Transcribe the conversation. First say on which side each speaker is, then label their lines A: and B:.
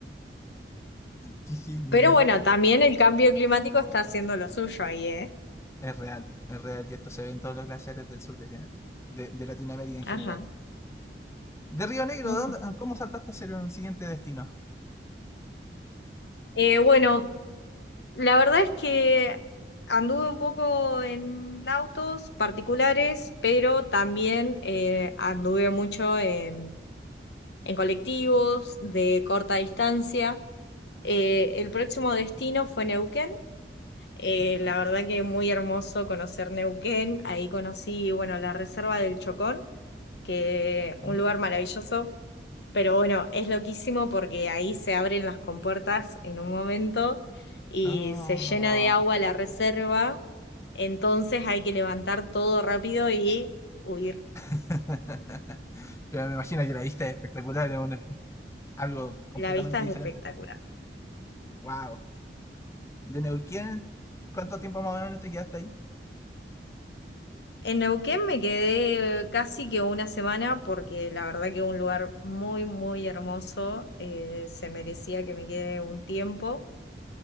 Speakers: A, on the left; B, on the left.
A: Qué genial.
B: Pero bueno, también el cambio climático está haciendo lo suyo ahí, ¿eh?
A: Es real, es real. Y esto se ve en todos los glaciares del sur de, de- de Latinoamérica en general.
B: Ajá.
A: De Río Negro,
B: Ujú.
A: ¿dónde- ¿cómo saltaste hacia el siguiente destino?
B: Eh, bueno, La verdad es que anduve un poco en autos particulares, pero también eh, anduve mucho en, en colectivos de corta distancia. Eh, el próximo destino fue Neuquén. Eh,
A: Ya.
B: la verdad que muy hermoso conocer Neuquén. Ahí conocí, bueno, la Reserva del Chocón, que
A: Mm.
B: un lugar maravilloso. Pero bueno, es loquísimo porque ahí se abren las compuertas en un momento y
A: Ah.
B: se llena de agua la reserva entonces hay que levantar todo rápido y huir.
A: <laughs> Pero me imagino que la vista es espectacular, es un- algo completamente
B: La vista es
A: diferente.
B: espectacular.
A: Wow. ¿De Neuquén? ¿Cuánto tiempo más o menos te quedaste ahí?
B: En Neuquén me quedé casi que una semana porque la verdad que es un lugar muy, muy hermoso. eh, se merecía que me quede un tiempo.